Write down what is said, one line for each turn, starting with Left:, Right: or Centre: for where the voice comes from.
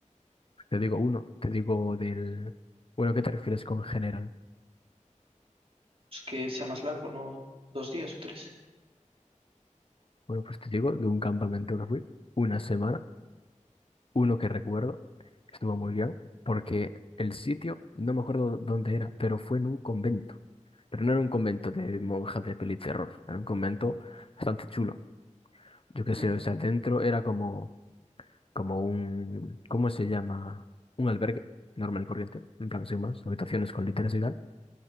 Left: Te digo uno, te digo del... Bueno, ¿qué te refieres con general?
Right: Pues que sea más largo, no dos días o tres.
Left: Bueno, pues te digo de un campamento que fui, una semana, uno que recuerdo, estuvo muy bien, porque el sitio, no me acuerdo dónde era, pero fue en un convento. Pero no era un convento de monjas de peli terror, era un convento bastante chulo. Yo qué sé,
Right: Mm.
Left: o sea, dentro era como, como un, ¿cómo se llama? Un albergue normal y corriente, en plan sin más, habitaciones con literas y tal.